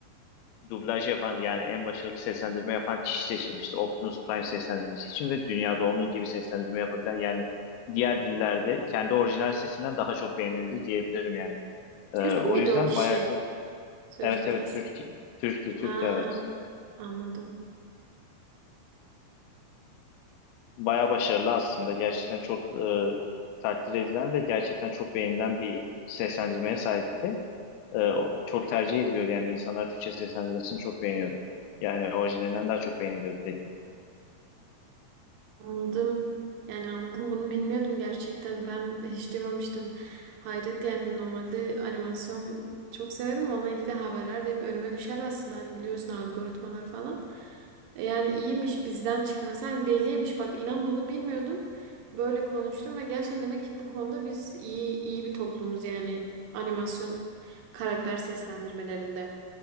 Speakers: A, on the left (about 80°); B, on the right (about 80°).
A: e, dublaj yapan yani en başarılı seslendirme yapan kişi seçilmişti Optimus Prime seslendirmesi için ve dünyada onun gibi seslendirme yapabilen yani diğer dillerde kendi orijinal sesinden daha çok beğenildi diyebilirim yani. Ee, o
B: Türk müydü
A: yüzden
B: o kişi?
A: bayağı
B: Sözünü
A: evet evet
B: kes.
A: Türk Türktü Türktü
B: Ha,
A: evet.
B: anladım.
A: Baya başarılı aslında. Gerçekten çok e, takdir edilen ve gerçekten çok beğenilen bir seslendirmeye sahipti. E, o çok tercih ediliyordu yani insanlar Türkçe seslendirmesini çok beğeniyordu. Yani orijinalinden daha çok beğeniliyordu dediğim gibi.
B: Anladım. Yani anladım bunu bilmiyordum gerçekten. Ben hiç duymamıştım. Hayret yani normalde animasyon çok severim. Onunla ilgili haberler de hep önüme düşer aslında. Hani biliyorsun algoritmalar falan. E, Yani iyiymiş bizden çıkması. Hani belliymiş bak inan bunu bilmiyordum. Böyle konuştum ve gerçekten demek ki bu konuda biz iyi iyi bir toplumuz yani animasyon karakter seslendirmelerinde.